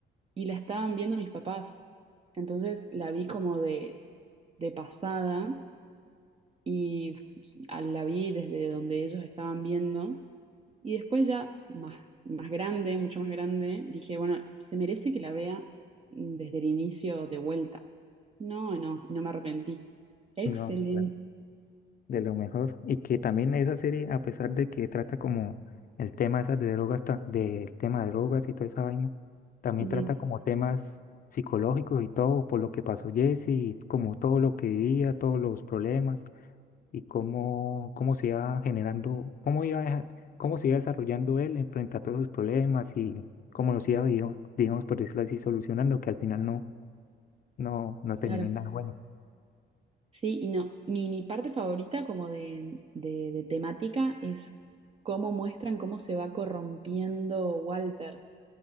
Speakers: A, on the right; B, on the left.
A: y la estaban viendo mis papás. Entonces la vi como de, de pasada y f- a- la vi desde donde ellos estaban viendo. Y después ya más, más grande, mucho más grande, dije, bueno, se merece que la vea desde el inicio de vuelta. No, no, y no me arrepentí. Excelente.
B: no, claro, de lo mejor. Y que también esa serie, a pesar de que trata como el tema esas de drogas, ta- del tema de drogas y toda esa vaina, también
A: Ujú,
B: trata como temas psicológicos y todo, por lo que pasó Jesse, y como todo lo que vivía, todos los problemas y cómo, cómo se iba generando, cómo iba, deja- cómo se iba desarrollando él en frente a todos esos problemas y cómo los iba, digamos, digamos, por decirlo así, solucionando, que al final no No, no
A: claro.
B: terminó en nada bueno.
A: Sí, y no, mi, mi parte favorita como de, de de temática es cómo muestran cómo se va corrompiendo Walter.